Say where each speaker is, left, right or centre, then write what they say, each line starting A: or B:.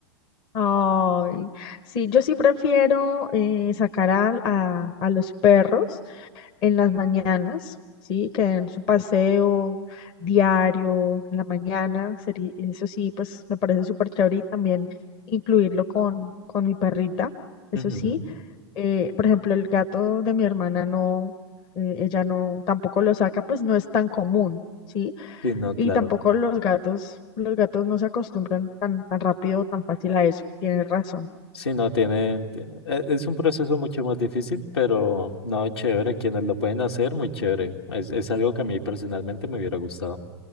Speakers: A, on the left; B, on the left.
A: Ay, sí, yo sí prefiero eh, sacar al- a, a los perros en las mañanas, ¿sí? Que den su paseo diario en la mañana, sería, eso sí, pues me parece súper chévere y también incluirlo con, con mi perrita, eso
B: Ujú.
A: sí. Eh, por ejemplo, el gato de mi hermana no, eh, ella no, tampoco lo saca, pues no es tan común, ¿sí?
B: Sí, no, claro.
A: Y tampoco los gatos, los gatos no se acostumbran tan, tan rápido o tan fácil a eso, tienes razón.
B: Sí, no tiene te- e- es un proceso mucho más difícil, pero no, chévere, quienes lo pueden hacer, muy chévere. Es, es algo que a mí personalmente me hubiera gustado.